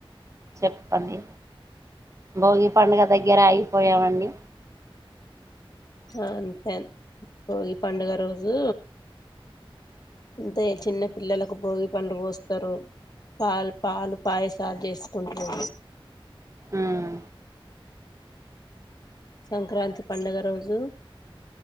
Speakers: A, on the right (about 30°); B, on the left (about 45°).
A: చెప్పండి భోగి పండగ దగ్గర ఆగిపోయామండి
B: ఆ అంతే భోగి పండగ రోజు అంతే చిన్న పిల్లలకు భోగి పండు పోస్తారు తాల్ పాలు పాయసాలు చేసుకుంట్రు
A: ఉమ్
B: సంక్రాంతి పండగ రోజు